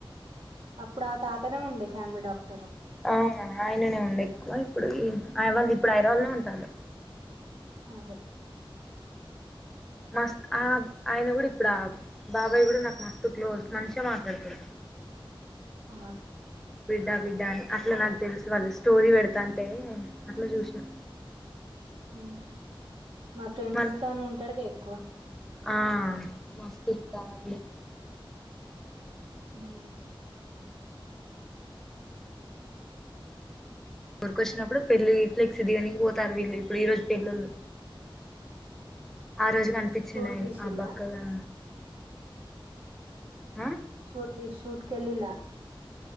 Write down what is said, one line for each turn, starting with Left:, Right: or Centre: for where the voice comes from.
Right: అప్పుడు ఆ తాతనేే ఉండే ఫ్యామిలీ డాక్ట
Centre: ఆ ఆయననే ఉండ ఎక్కువ ఇప్పుడు ఆయన వాళ్ళు ఇప్పుడు హైదరాబాద్ లోనే ఉం ఉంటాడు
Right: అదే
Centre: మస్త్ ఆ ఆయన కూడా ఇప్పుడు ఆ బాబాయ్ కూడా నాకు మస్త్ క్లోజ్ మంచిగా మాట్లాడతాడు
Right: ఆ
Centre: బిడ్డ బిడ్డ అని అట్లా నాకు తెలుసు వాళ్ళు స్టోరీ పెడతంటే అట్లా చూసిన
Right: ఉమ్. మా ఫ్రెండ్స్
Centre: మళ్ళీ
Right: తోనే ఉంటాడు కే వ
Centre: ఆ మస్తు చవిడి
Right: హ్మ్
Centre: ఊరికొచ్చినప్పుడు పెళ్ళలి ఫ్లెక్స్ దిగనికి పోతారు వీళ్ళు ఇప్పుడు ఈ రోజు పెళ్లళ్రు ఆ రోజుగా కనిపించింది
Right: షూట్
Centre: ఆయన
Right: తీసిల్లా
Centre: ఆ బక్కగా ఆ
Right: చోట్ ద సూట్ కేలి